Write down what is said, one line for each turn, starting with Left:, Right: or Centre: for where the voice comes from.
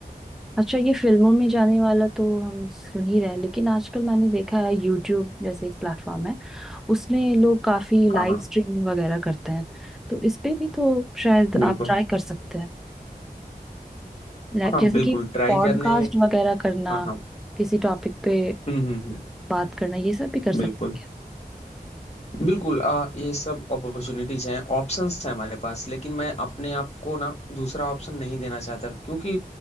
Centre: अच्छा ये फिल्मों में जाने वाला तो हम सुन ही रहे हैं लेकिन आजकल मैंने देखा है यूट्यूब जैसे एक प्लेटफॉर्म है उसमें लोग काफी लाइव
Left: हाँ हाँ
Centre: स्ट्रीमिंग वगैरह करते हैं तो इस पे भी तो शायद
Left: बिल्कुल
Centre: आप ट्राई कर सकते हैं लाइक-
Left: हाँ
Centre: जैसे
Left: बिल्कुल
Centre: कि
Left: ट्राई
Centre: पॉडकास्ट
Left: करने
Centre: वगैरह करना
Left: हाँ हाँ
Centre: किसी टॉपिक पे
Left: हम्म हम्म हम्म,
Centre: बात करना ये सब भी कर सकते
Left: बिल्कुल बिल्कुल आ, ये सब अपॉर्चुनिटीज हैं ऑप्शंस हैं हमारे पास लेकिन मैं अपने आप को ना दूसरा ऑप्शन नहीं देना चाहता क्योंकि